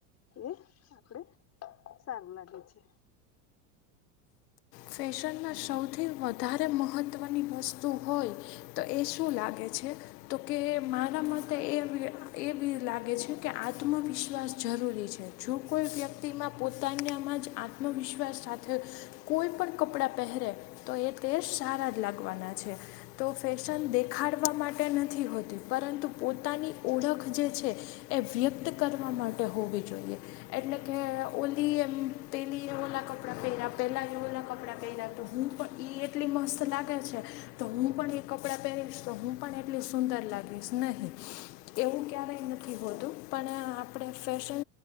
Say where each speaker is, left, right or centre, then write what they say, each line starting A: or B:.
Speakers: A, on the left (about 30°); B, on the left (about 80°).
A: એ આપડે સારું લાગે છે
B: ફેશનમાં સૌથી વધારે મહત્ત્વની વસ્તુ હોય તો એ શું લાગે છે. તો કે મારા માટે એ એ બી લાગે છે. કે આત્મવિશ્વાસ જરૂરી છે. જો કોઈ વ્યક્તિમાં પોતાનામાં જ આત્મવિશ્વાસ. સાથેય. કોઈ પણકપડાં પહેરે તો એ તે સારા જ લાગવાના છે. તો ફેશન દેખાય પાડવા માટે નથી હોતી પરંતુ પોતાની ઓળખ જે છે. એ વ્યક્ત કરવા માટે માટે હોવી જોઈએ એટલે કે ઓલી એમ પેલી એ ઓલા કપડાં પહેર્યા પહેલા. એવલા કપડા <unintelligible> પહેયા તો હું પણ એ એટલી મસ્ત લાગે છે. તો હું પણ એ કપડાં પહેરીશ તો હું પણ, એટું સુંદર લાગીશ નહીં એવું ક્યારેય નથી હોતું પણ આપણે ફેશન.